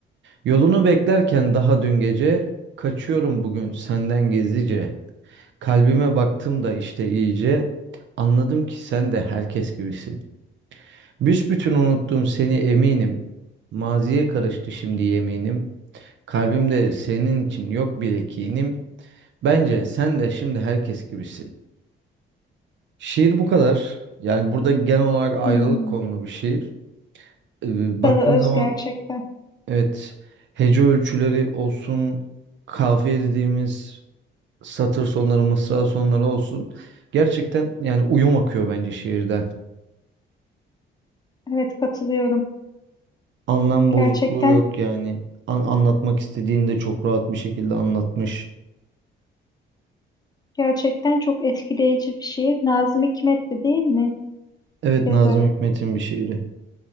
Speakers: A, on the right; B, on the left.
A: Yolunu beklerken daha dün gece, kaçıyorum bugün senden gizlice. Kalbime baktım da işte iyice, anladım ki sen de herkes gibisin. Büsbütün unuttum seni eminim, maziye karıştı şimdi yeminim. Kalbimde senin için yok bile kinim, bence sen de şimdi herkes gibisin. Şiir bu kadar. Yani burada genel olarak ayrılık
B: Hmm.
A: konulu bir şiir. Ee,
B: Salı
A: baktığın
B: Öz
A: zaman
B: gerçekten.
A: evet hece ölçüleri olsun, kafiye dediğimiz satır sonları, mısra sonları olsun. Gerçekten yani uyum akıyor bence şiirden.
B: Evet katılıyorum.
A: Anlam
B: Gerçekten
A: bozukluğu yok yani. An- anlatmak istediğini de çok rahat bir şekilde anlatmış.
B: gerçekten çok etkileyici bir şiir. Nazım Hikmet'ti değil mi
A: Evet
B: yazarı?
A: Nazım Hikmet'in bir şiiri.